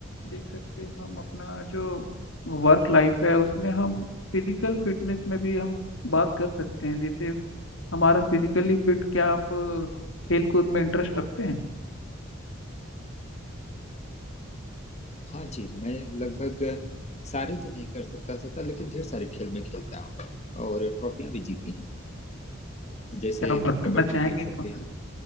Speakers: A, on the left; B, on the left.
A: देख सकते हैं हम अपना जो वर्क लाइफ है उसमें हम फिजिकल फिटनेस में भी हम बात कर सकते हैं जैसे हमारा फिजिकली फिट क्या आप अ, खेल कूद में इंटरेस्ट रखते हैं
B: हाँ जी मैं लगभग सारे तो नहीं कर सक, कर सकता लेकिन ढेर सारे खेल में खेलता हूँ और ट्रॉफियां भी जीती हैं जैसे
A: क्या आप बताना
B: कबड्डी
A: चाहेंगे
B: की ट्रॉफी
A: को-